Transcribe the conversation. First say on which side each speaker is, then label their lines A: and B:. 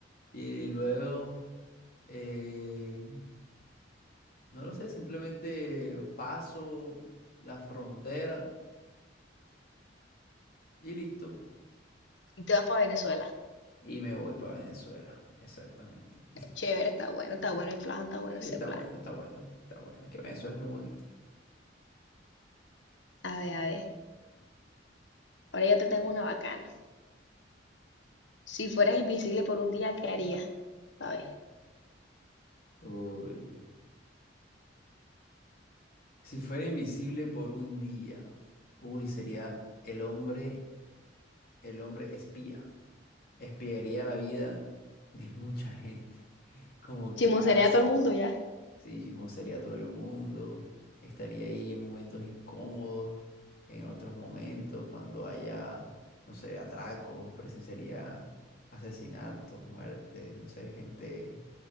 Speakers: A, on the left; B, on the left.
A: Y luego, eh, no lo sé, simplemente paso la frontera y listo.
B: y te vas para Venezuela.
A: Y me voy para Venezuela, exactamente.
B: Chévere, está bueno, está bueno el plan, está bueno
A: Y
B: ese
A: está
B: plan.
A: bueno, está bueno, está bueno. Es que Venezuela es muy bonito.
B: A ver, a ver. Ahora ya te tengo una bacana. Si fueras invisible por un día, ¿qué harías? A ver.
A: Uy. Si fuera invisible por un día, uy, sería el hombre, el hombre espía. Espiaría la vida de mucha gente. <laughs> Como
B: Chismosearía
A: que hacen.
B: a todo el mundo ya.
A: Sí, chismosaría a todo el mundo. Estaría ahí en momentos incómodos, en otros momentos, cuando haya, no sé, atracos, presenciaría asesinatos, muertes, no sé, gente